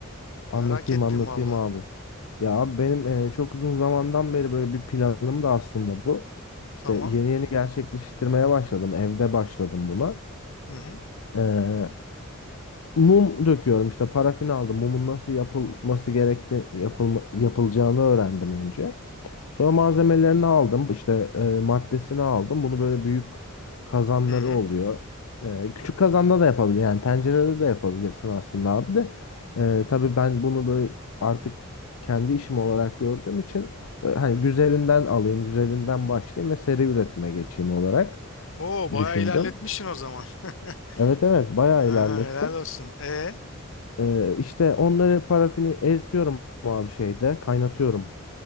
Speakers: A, on the left (about 65°); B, on the left (about 75°).
A: Merak
B: anlatayım
A: ettim
B: anlatayım
A: valla.
B: abi. Ya abi benim e, çok uzun zamandan beri böyle bir planım da aslında bu. İşte
A: Tamam.
B: yeni yeni gerçekleştirmeye başladım. Evde başladım buna.
A: Hı hı.
B: Ee, mum döküyorum işte parafin aldım. Mumun nasıl yapılması gerekti yapılma, yapılacağını öğrendim önce. Sonra malzemelerini aldım. işte e, maddesini aldım. Bunu böyle büyük kazanları
A: Hı hı.
B: oluyor. E, küçük kazanda da yapabilir. Yani tencerede de yapabilirsin aslında abi de. E, tabii ben bunu böyle artık kendi işim olarak gördüğüm için e, hani güzelinden alayım, güzelinden başlayayım ve seri üretime geçeyim olarak
A: Oo bayağı
B: düşündüm.
A: ilerletmişsin o zaman. <laughs>
B: Evet evet bayağı
A: Ha,
B: ilerlettim.
A: helal olsun. E?
B: E, işte onları parafini eritiyorum abi şeyde kaynatıyorum